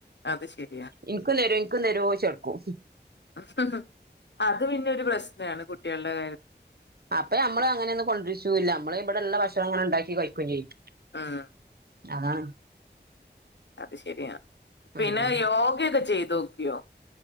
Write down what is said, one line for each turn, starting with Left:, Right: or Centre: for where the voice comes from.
Left: അത് ശരിയാ
Right: ഇൻക്കും തരോ ഇൻക്കും തരോയ്ച്ച് നട്ക്കും
Left: ങ്ഹും അത് പിന്നൊരു പ്രശ്നാണ് കുട്ട്യാളെ കാര്യത്തില്
Right: അപ്പെ നമ്മള് അങ്ങനൊന്നും കൊണ്ടിരിചൂല്യ നമ്മള് ഇവിടെള്ള ഭക്ഷണ ങ്ങനെ ഇണ്ടാക്കി കഴിക്കേയും ചെയ്യും
Left: ആഹ്,
Right: അതാണ്.
Left: അത് ശരിയാ, പിന്നെ
Right: ഉം ഉം
Left: യോഗക്കെ ചെയ്ത് നോക്കിയോ?